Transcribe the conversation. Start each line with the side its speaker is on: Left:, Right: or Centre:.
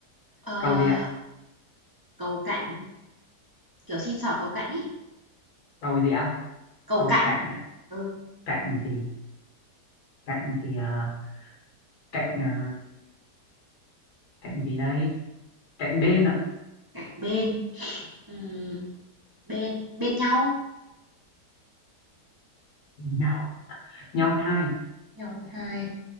Right: ờ,
Left: Cầu gì ạ?
Right: cầu cạnh, kiểu, xin xỏ cầu cạnh ấy,
Left: Cầu gì ạ?
Right: cầu
Left: Cầu
Right: cạnh,
Left: cạnh ạ.
Right: ừ,
Left: Cạnh thì cạnh thì à, cạnh à, cạnh gì đây? Cạnh bên ạ.
Right: cạnh bên, ừm, bên bên nhau,
Left: Nhau nhau thai.
Right: nhau thai,